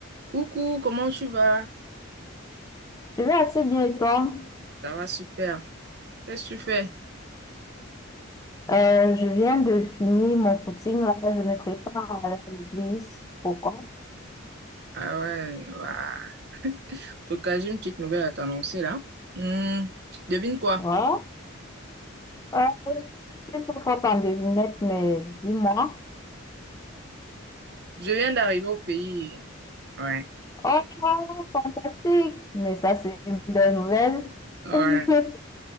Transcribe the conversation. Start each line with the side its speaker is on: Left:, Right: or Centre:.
Right: Coucou, comment tu vas?
Left: Je vais assez bien et toi?
Right: Ça va super. Qu'est-ce que tu fais?
Left: Euh, je viens de finir mon footing là, je me prépare à aller à l'église. Pourquoi?
Right: Ah ouais, bah, en tout cas, j'ai une petite nouvelle à t'annoncer là. Hmm, devine quoi?
Left: Voilà. Euh, je suis pas forte en devinette, mais dis-moi.
Right: Je viens d'arriver au pays. Ouais,
Left: Oh, fantastique! Mais ça, c'est une belle nouvelle.
Right: ouais.
Left: <laughs>